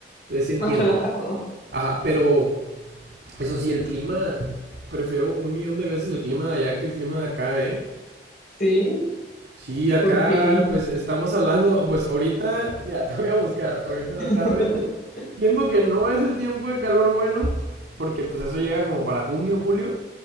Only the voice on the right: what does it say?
Entonces sí entiendo.
Ajá, pero eso sí, el clima, prefiero un millón de veces el clima de allá que el clima de acá, ¿eh?
Sí, acá
pues estamos hablando, pues ahorita, mira, te voy a buscar, ahorita en
la tarde, siendo que no es el tiempo de calor bueno, porque pues eso llega como para junio, julio,